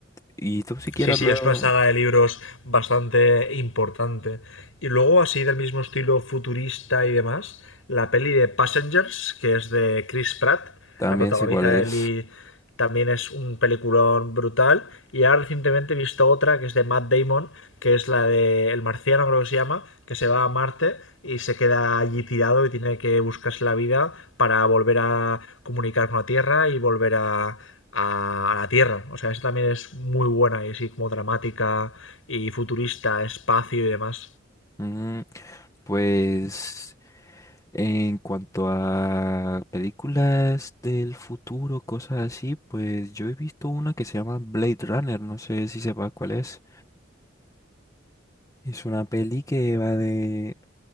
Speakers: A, on the left; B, on the left.
A: Y tú siquiera
B: Sí, sí,
A: lo...
B: es una saga de libros bastante importante. Y luego, así del mismo estilo futurista y demás, la peli de Passengers, que es de Chris Pratt,
A: También
B: la protagoniza
A: sé cuál es.
B: él y también es un peliculón brutal. Y ahora recientemente he visto otra que es de Matt Damon, que es la de El Marciano, creo que se llama, que se va a Marte y se queda allí tirado y tiene que buscarse la vida para volver a comunicar con la Tierra y volver a, a, a la Tierra. O sea, esa también es muy buena y así como dramática y futurista, espacio y demás.
A: Mm, pues en cuanto a películas del futuro, cosas así, pues yo he visto una que se llama Blade Runner, no sé si sepas cuál es. Es una peli que va de,